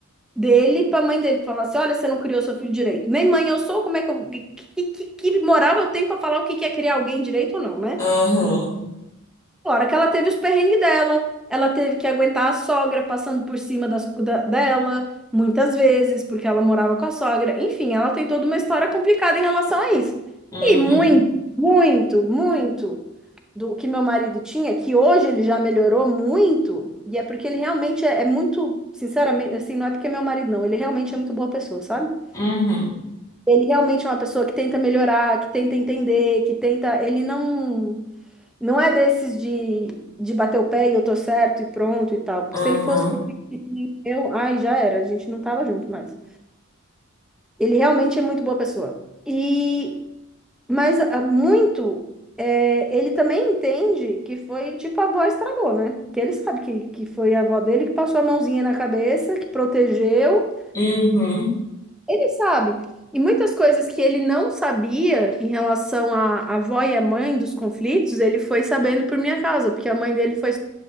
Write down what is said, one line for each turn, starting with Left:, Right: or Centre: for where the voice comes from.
Centre: dele pra mãe dele? Falar assim, olha, você não criou seu filho direito. Nem mãe eu sou, como é que eu... Que, que, que moral eu tenho pra falar o que que é criar alguém direito ou não, né?
Left: uhum,
Centre: Claro que ela teve os perrengues dela, ela teve que aguentar a sogra passando por cima das, da- dela, muitas vezes, porque ela morava com a sogra. Enfim, ela tem toda uma história complicada em relação a isso.
Left: uhum,
Centre: E muito, muito, muito do que meu marido tinha, que hoje ele já melhorou muito, e é porque ele realmente é, é muito, sinceramente, assim, não é porque é meu marido, não, ele realmente é muito boa pessoa, sabe?
Left: uhum,
Centre: Ele realmente é uma pessoa que tenta melhorar, que tenta entender, que tenta. Ele não. Não é desses de, de bater o pé e eu tô certo e pronto e tal. Porque
Left: uhum,
Centre: se ele fosse com <laughs> eu, ai, já era, a gente não tava junto mais. Ele realmente é muito boa pessoa. E mas ah, muito é, ele também entende que foi tipo a avó estragou, né? Que ele sabe que, que foi a avó dele que passou a mãozinha na cabeça, que protegeu.
Left: uhum,
Centre: Ele sabe. E muitas coisas que ele não sabia em relação à à avó e à mãe dos conflitos, ele foi sabendo por minha causa, porque a mãe dele foi